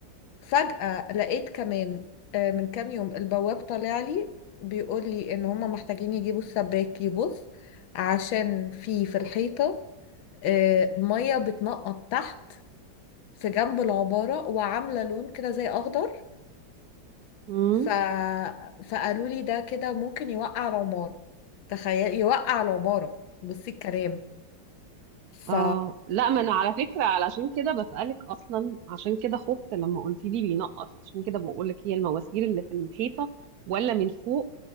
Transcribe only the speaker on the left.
فجأة لقيت كمان آه، من كام يوم البواب طالع لي بيقول لي إن هما محتاجين يجيبوا السباك يبص عشان في في الحيطة آه، مية بتنقط تحت في جنب العبارة وعاملة لون كده زي أخضر
ف... فقالوا لي ده كده ممكن يوقع العمارة تخيل يوقع العمارة بصي الكلام ف